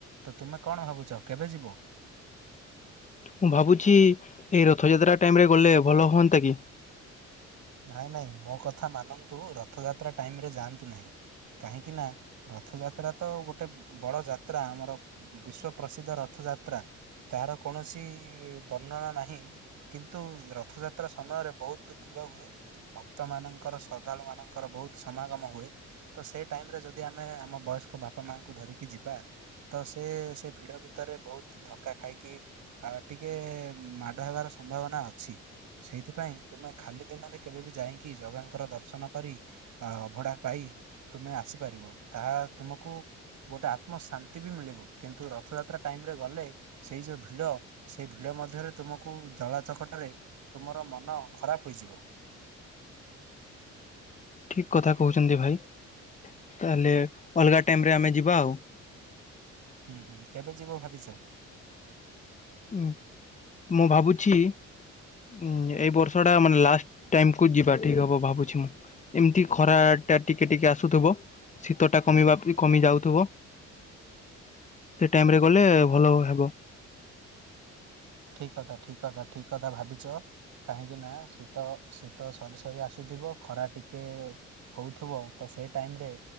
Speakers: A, on the right; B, on the left.
A: ତ ତୁମେ କଣ ଭାବୁଛ କେବେ ଯିବ?
B: ମୁଁ ଭାବୁଛି ଏଇ ରଥଯାତ୍ରା ଟାଇମ ରେ ଗଲେ ଭଲ ହୁଅନ୍ତା କି?
A: ନାଇଁ ନାଇଁ ମୋ କଥା ମାନନ୍ତୁ ରଥଯାତ୍ରା ଟାଇମରେ ଯାଆନ୍ତୁ ନାହିଁ କାହିଁକି ନା ରଥଯାତ୍ରା ତ ଗୋଟେ ବଡ଼ ଯାତ୍ରା ଆମର ବିଶ୍ଵ ପ୍ର୍ରସିଦ୍ଧ ରଥଯାତ୍ରା। ତାହାର କୌଣସି ବର୍ଣ୍ଣନା ନାହିଁ। କିନ୍ତୁ ରଥଯାତ୍ରା ସମୟରେ ବହୁତ ଭିଡ଼ ହୁଏ। ଭକ୍ତ ମାନଙ୍କର ଶ୍ରଦ୍ଧାଳୁ ମାନଙ୍କର ବହୁତ ସମାଗମ ହୁଏ। ତ ସେ ଟାଇମ୍ ରେ ଯଦି ଆମେ ଆମ ବୟସ୍କ ବାପା ମାଆଙ୍କୁ ଧରିକି ଯିବା ତ ସେ ସେ ଭିଡ଼ ଭିତରେ ବହୁତ ଧକ୍କା ଖାଇକି ଆ ଟିକେ ମାଡ଼ ହେବାର ସମ୍ଭାବନା ଅଛି ସେଇଥିପାଇଁ ତୁମେ ଖାଲି ଦିନରେ କେବେ ବି ଯାଇକି ଜଗାଙ୍କର ଦର୍ଶନ କରି ଅଭଡ଼ା ପାଇ ତୁମେ ଆସିପାରିବ ତାହା ତୁମକୁ ଗୋଟେ ଆତ୍ମଶାନ୍ତି ବି ମିଳିବ କିନ୍ତୁ ରଥଯାତ୍ରା ଟାଇମ୍ ରେ ଗଲେ ସେଇ ଯୋଉ ଭିଡ଼ ସେ ଭିଡ଼ ମଧ୍ୟରେ ତୁମକୁ ଜଳା ଚକଟାରେ ତୁମର ମନ ଖରାପ ହୋଇଯିବ।
B: ଠିକ କଥା କହୁଛନ୍ତି ଭାଇ ତାହେଲେ ଅଲଗା ଟାଇମରେ ଆମେ ଯିବା ଆଉ।
A: ହୁଁ ହୁଁ କେବେ ଯିବ ଭାବିଛ?
B: ଉଁ ମୁଁ ଭାବୁଛି ଉଁ ଏଇ ବର୍ଷଟା ମାନେ ଲାଷ୍ଟ ଟାଇମକୁ ଯିବା ଠିକ ହବ ଭାବୁଛି ମୁଁ। ଏମତି ଖରା ଟା ଟିକେ ଟିକେ ଆସୁଥିବ ଶୀତ ଟା କମିବା କମି ଯାଉଥିବ। ସେ ଟାଇମ୍ ରେ ଗଲେ
A: ଠିକ
B: ଭଲ
A: କଥା।
B: ହେବ।
A: ଠିକ କଥା ଠିକ କଥା ଠିକ କଥା ଭାବିଛ। କାହିଁକି ନା ଶୀତ ଶୀତ ସରି ସରି ଆସୁଥିବ ଖରା ଟିକେ ହଉଥୁବ ତ ସେ ଟାଇମ ରେ